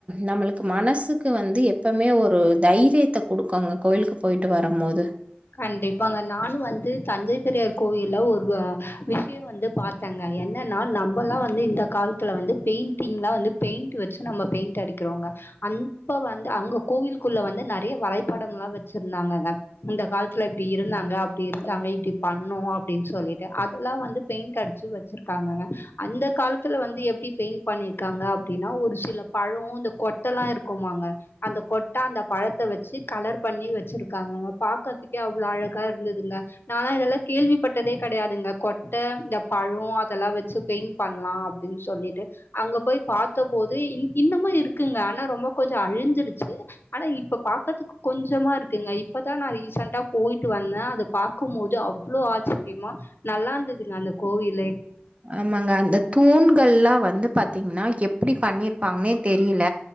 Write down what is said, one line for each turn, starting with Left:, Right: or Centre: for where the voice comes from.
Right: நம்மளுக்கு மனசுக்கு வந்து எப்பவுமே ஒரு தைரியத்தை கொடுக்கோங்க கோயிலுக்கு போயிட்டு வரும் போது
Left: கண்டிப்பாங்க நானு வந்து தஞ்சை பெரியார் கோயில் ஒரு விஷயம் வந்து பார்த்தேங்க என்னன்னா நம்மல்லாம் வந்து இந்த காலத்துல வந்து பெயிண்டிங் எலாம் வந்து பெயிண்ட் வச்சு நம்ம பெயிண்ட் அடிக்கிறோங்க அப்ப வந்து அங்க கோவிலக்குள்ள வந்து நிறைய வரைபடம் எல்லாம் வச்சிருந்தாங்கங்க இந்த கால இப்படி இருந்தாங்க அப்படி இருந்தாங்க இப்படி பண்ணும் அப்படின்னு சொல்லிட்டு அதெல்லாம் வந்து பெயிண்ட் அடிச்சு வச்சிருக்காங்கங்க அந்த காலத்துல வந்து எப்படி பெயிண்ட் பண்ணிருக்காங்க அப்படின்னா ஒரு சில பழம் இந்த கொட்டை எல்லாம் இருக்குமாங்க அந்த கொட்டை அந்த பழத்தை வச்சு கலர் பண்ணி வச்சிருக்காங்கங்க பாக்கதுக்கு அவ்வளவு அழகா இருந்ததுங்க நானாலா இதெல்லாம் கேள்விப்பட்டதே கிடையாதுங்க கொட்டை இந்த பழம் அதெல்லாம் வச்சு பெயிண்ட் பண்ணலாம் அப்படின்னு சொல்லிட்டு அங்க போய் பார்த்தபோது இன்னுமும் இருக்குங்க ஆனா ரொம்ப கொஞ்சம் அழிஞ்சிருச்சு ஆனா இப்ப பாக்கதுக்கு கொஞ்சமா இருக்குங்க இப்பதான் நான் ரீசண்டா போயிட்டு வந்தேன் அதை பார்க்கும்போது அவ்ளோ ஆச்சரியமா நல்லா இருந்ததுங்க அந்த கோவிலே
Right: ஆமாங்க அந்த தூண்கள் எல்லாம் வ வந்து பார்த்தீங்கன்னா எப்ப அப்படி பண்ணிருப்பாங்கன்னே தெரியல